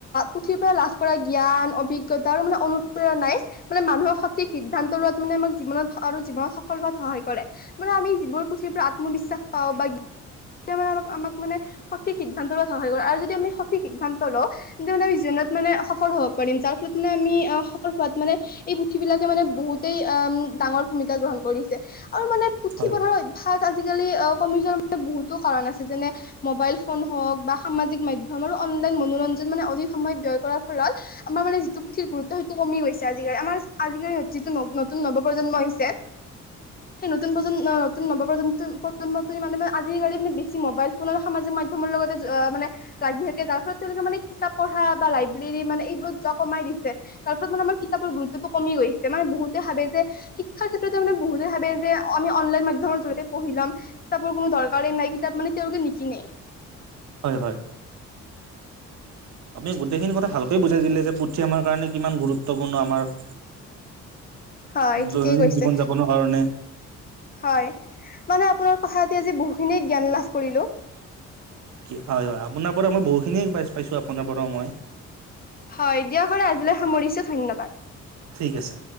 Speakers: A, on the left; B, on the right.
A: পুথিৰ পৰা লাভ কৰা জ্ঞান অভিজ্ঞতা আৰু মানে অনু নাই, মানে মানুহৰ সঠিক সিদ্ধান্ত লোৱাত মানে আমাক জীৱনত আৰু জীৱনত সফল হোৱাত সহায় কৰে। মানে আমি জীৱনত পুথিৰ পৰা আত্মবিশ্বাস পাওঁ বা তেতিয়া মানে আমাক মানে সঠিক সিদ্ধান্ত লোৱাত সহায় কৰে, আৰু যদি আমি সঠিক সিদ্ধান্ত লওঁ। তেন্তে মানে আমি জীৱনত মানে সফল হব পাৰিম, যাৰ ফলত মানে আমি অ' সফল হোৱাত মানে এই পুথি বিলাকে মানে বহুতেই আহ' ডাঙৰ ভূমিকা গ্ৰহণ কৰিছে। আৰু মানে পুথি
B: হয়
A: পঢ়াৰ অভ্যাস আজিকালি কমি যোৱাৰ মানে বহুতো কাৰণ আছে। যেনে মোবাইল ফোন হওক বা সামাজিক মাধ্যমৰো আৰু অনলাইন মনোৰঞ্জন মানে অধিক সময় ব্যয় কৰাৰ ফলত। আমাৰ মানে যিটো পুঠিৰ গুৰুত্ব সেইটো কমি গৈছে আজিকালি আমাৰ আজিকালি যিটো নতুন নৱ প্ৰজন্ম আহিছে সেই নতুন প্ৰজন্ম নতুন নৱ প্ৰজন্ম প্ৰজন্ম তি মানে আজিকালি মানে বেছি মোবাইল ফোনৰ সামাজিক মাধ্যমৰ লগতে মানে লাগি থাকে যাৰ ফলত তেওঁলোকে মানে কিতাপ পঢ়া বা লাইব্ৰেৰী মানে এইবোৰত যোৱা কমাই দিছে তাৰপিছত মানে আমাৰ কিতাপৰ গুৰুত্বতটো কমি গৈছে মানে বহুতে ভাবে যে শিক্ষাৰ ক্ষেত্ৰতে মানে বহুতে ভাবে যে আমি অনলাইন মাধ্যমৰ জৰিয়তে পঢ়ি লম কিতাপৰ কোনো দৰকাৰ কাৰ নাই কিতাপ মানে তেওঁলোকে নিকিনে
B: হয় হয় আপুনি গোটেইখিনি কথা ভালকে বুজাই দিলে যে পুথি আমাৰ কাৰণে কিমান গুৰুত্বপূৰ্ণ আমাৰ
A: হয় ঠিকেই
B: দৈনন্দিন
A: কৈছে
B: জীৱন যাপনৰ কাৰণে
A: হয় মানে আপোনাৰ লগত কথা পাতি আজি বহুখিনিয়ে জ্ঞান লাভ কৰিলো
B: কি হয় হয় আপোনাৰ পৰা মই বহুখিনিয়ে পাইছ পাইছোঁ আপোনাৰ পৰাও মই
A: হয় দিয়ক আজিলৈ সামৰিছো ধন্যবাদ
B: ঠিক আছে